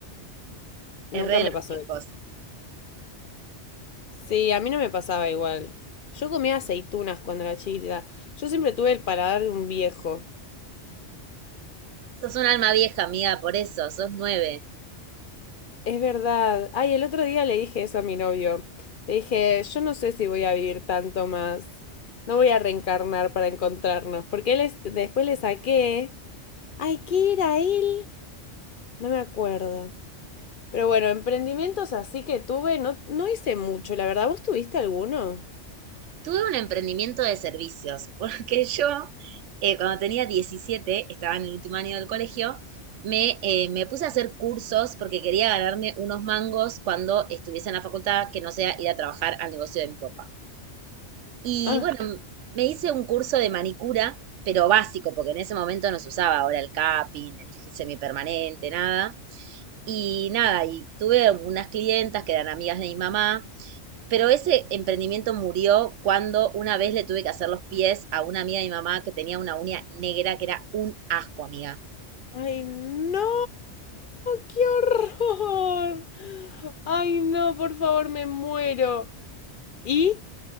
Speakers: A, on the left; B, on the right.
A: Nunca
B: Es de
A: me
B: los
A: pasó
B: chicos.
A: eso. Sí, a mí no me pasaba igual. Yo comía aceitunas cuando era chiquita. Yo siempre tuve el paladar de un viejo.
B: Sos un alma vieja, amiga, por eso, sos nueve.
A: Es verdad. Ay, el otro día le dije eso a mi novio. Le dije, yo no sé si voy a vivir tanto más. No voy a reencarnar para encontrarnos. Porque él es- después le saqué. Ay, ¿qué era él? No me acuerdo. Pero bueno, emprendimientos así que tuve, no, no hice mucho, la verdad. ¿Vos tuviste alguno?
B: Tuve un emprendimiento de servicios, <laughs> porque yo, eh, cuando tenía 17, estaba en el último año del colegio, me, eh, me puse a hacer cursos porque quería ganarme unos mangos cuando estuviese en la facultad, que no sea ir a trabajar al negocio de mi papá. Y
A: Ah.
B: bueno, me hice un curso de manicura, pero básico, porque en ese momento no se usaba ahora el capping, el semipermanente, nada. Y nada, y tuve unas clientas que eran amigas de mi mamá, pero ese emprendimiento murió cuando una vez le tuve que hacer los pies a una amiga de mi mamá que tenía una uña negra que era un asco, amiga.
A: Ay, no, qué horror. Ay, no, por favor, me muero. ¿Y?